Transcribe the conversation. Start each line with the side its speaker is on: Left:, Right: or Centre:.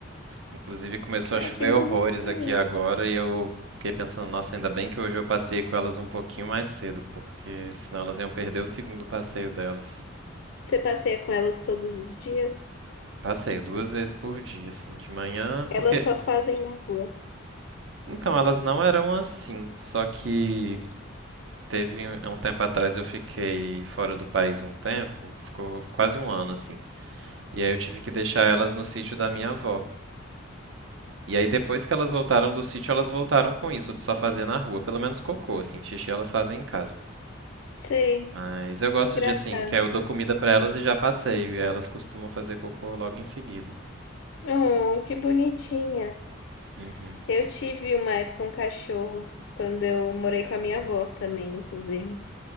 Right: Inclusive começou
Left: Ai,
Right: a chover
Left: que bonitinho.
Right: horrores aqui agora e eu fiquei pensando, nossa, ainda bem que hoje eu passei com elas um pouquinho mais cedo, porque senão elas iam perder o segundo passeio delas.
Left: Você passeia com elas todos os dias?
Right: Passeio duas vezes por dia, assim, de manhã,
Left: Elas
Right: porque
Left: só fazem na rua.
Right: então elas não eram assim, só que teve um- há um tempo atrás eu fiquei fora do país um tempo, ficou quase um ano assim. E aí eu tive que deixar elas no sítio da minha avó. E aí depois que elas voltaram do sítio, elas voltaram com isso de só fazer na rua, pelo menos cocô, assim, xixi elas fazem em casa.
Left: Sei,
Right: Mas eu gosto
Left: engraçado.
Right: de assim, que eu dou comida pra elas e já passeio, e aí elas costumam fazer cocô logo em seguida.
Left: Oh, que bonitinhas.
Right: Uhum,
Left: Eu tive uma época um cachorro, quando eu morei com a minha avó também, inclusive.